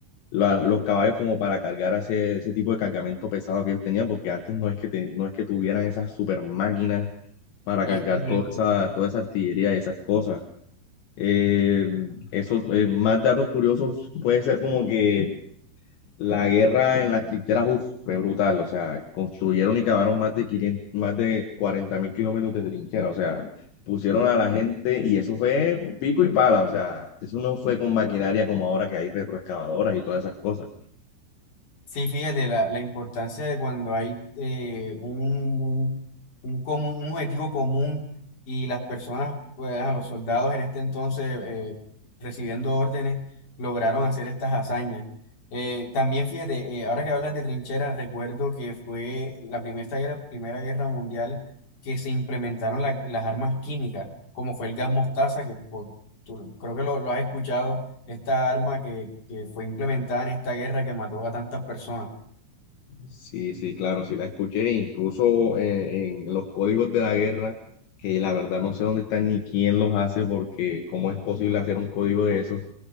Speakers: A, on the left (about 70°); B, on the left (about 45°).
A: la- los caballos como para cargar ese, ese tipo de cargamento pesado que ellos tenían, porque antes no es que, te- no es que tuvieran esas super máquinas para
B: Es
A: cargar
B: correcto.
A: toda esa, toda esa artillería y esas cosas. Eh, eso, eh, más datos curiosos puede ser como que la guerra en las trincheras, uf, fue brutal, o sea, construyeron y cavaron más de quinientos más de cuarenta mil kilómetros de trinchera, o sea, pusieron a la gente y eso fue pico y pala, o sea, eso no fue con maquinaria como ahora que hay retroexcavadoras y todas esas cosas.
B: Sí, fíjate, la, la importancia de cuando hay eh, un, un, un común, un objetivo común y las personas, pues a los soldados en este entonces eh, recibiendo órdenes, lograron hacer estas hazañas. Eh, también fíjate, eh, ahora que hablas de trincheras, recuerdo que fue la primera guerra, primera guerra mundial que se implementaron la- las armas químicas, como fue el gas mostaza, que por- tú creo que lo, lo has escuchado esta arma que, que fue implementada en esta guerra que mató a tantas personas.
A: Sí, sí, claro, sí la escuché, incluso eh, en, los códigos de la guerra, que la verdad no sé dónde están ni quién los hace, porque cómo es posible hacer un código de esos.